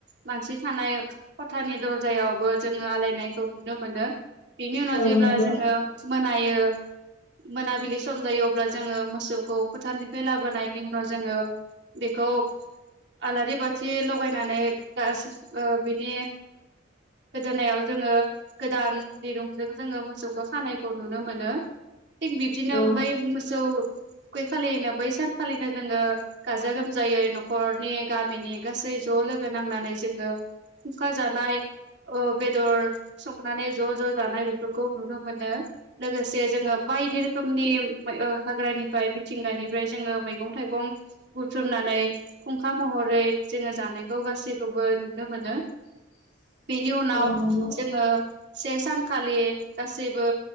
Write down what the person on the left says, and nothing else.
औ
नंगौ
औ
<inaudible>
औ नंगौ